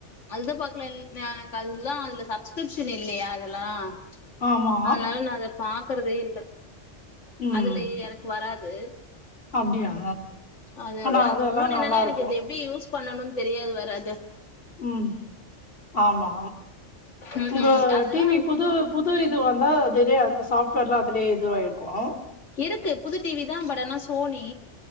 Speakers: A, on the left; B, on the left.
A: அத பாக்கல எனக்கு அதுதான் அதுல சப்ஸ்கிரிப்ஷன் இல்லயே யே அதெல்லா ச்சு
B: ஆமா
A: அதனாலும் நான் அத பாக் பாக்கறதே இல்ல
B: ம்
A: அதுலயே எனக்கு வராது <unintelligible>
B: அப்டியா
A: அ
B: ஆனா
A: அது
B: அதெல்லா
A: இன்னோன்னு
B: நல்லாருக்கு
A: என்னன்னா எனக்குது எப்படி யூஸ் பண்ணணும் தெரியாது வராது
B: உம் ஆமா
A: ம்
B: உங்க
A: ம் அதெல்லா
B: டிவி புது புது யிது வந்தா தெரிய அந்த சாப்ட்வேர்லா அப்டியே இது வாய்ருகும்
A: இருக்கு புது டிவி தான் பட்டானா சோனி